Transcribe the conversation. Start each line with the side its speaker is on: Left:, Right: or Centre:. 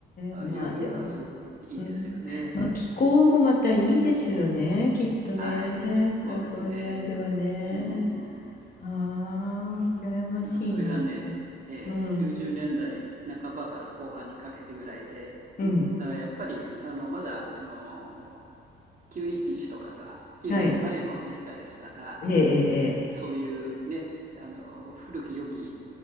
Right: ああいう文化はすごくいいですよね。
Left: え、まあでも、うん。まあ気候もまたいいですよね、きっとね。
Right: はい。そうですね。
Left: カリフォルニアではね。
Right: うんうん。
Left: はあ、羨ましいな。
Right: だからそれがね、えー90年代半ばから後半にかけてぐらいで、
Left: うん、うん、
Right: だからやっぱり、あの、まだ、あの、911とかが起きる前のアメリカですから、
Left: はい。ええええええ。
Right: そういうね、あの古き良き